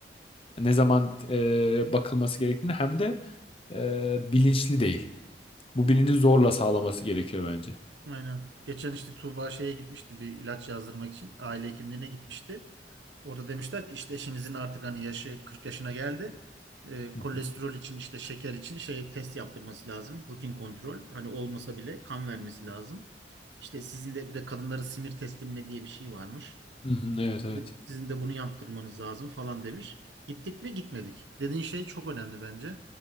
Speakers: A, on the left; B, on the right.
A: ne zaman e, bakılması gerektiğini hem de e, bilinçli değil. Bu bilinci zorla sağlaması gerekiyor bence.
B: Aynen. Geçen işte Tuğba şeye gitmişti bir ilaç yazdırmak için. Aile hekimliğine gitmişti. Orada demişler ki işte eşinizin artık hani yaşı 40 yaşına geldi. Ee,
A: Hı
B: kolesterol
A: hı.
B: için işte şeker için şey test yaptırması lazım. Rutin kontrol. Hani olmasa bile kan vermesi lazım. İşte sizin de bir de kadınların simir testi mi ne diye bir şey varmış.
A: Hı hı, evet
B: Bir
A: evet.
B: de Sizin de bunu yaptırmanız lazım falan demiş. Gittik mi? Gitmedik. Dediğin şey çok önemli bence.